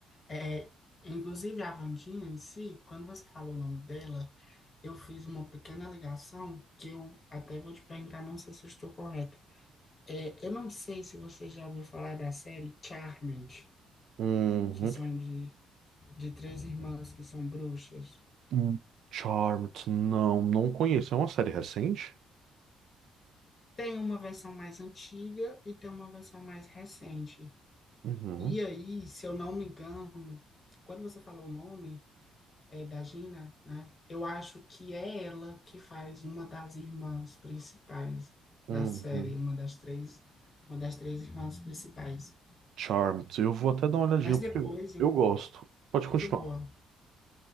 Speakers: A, on the left; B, on the right.
A: É, inclusive, a Wandinha em si, quando você falou o nome dela, eu fiz uma pequena ligação que eu até vou te perguntar, não sei se eu estou correto. É, eu não sei se você já ouviu falar da série Charmed,
B: uhum.
A: que são de de três irmãs que são bruxas.
B: Hum, Charmed, não, não conheço. É uma série recente?
A: Tem uma versão mais antiga e tem uma versão mais recente.
B: Uhum,
A: E aí, se eu não me engano, quando você falou o nome é, da Gina, né? Eu acho que é ela que faz uma das irmãs principais
B: uhum.
A: da série, uma das três, uma das três irmãs principais.
B: Charmed, eu vou até dar uma olhadinha
A: Mas
B: porque
A: depois eu
B: eu gosto. Pode
A: muito
B: continuar.
A: boa.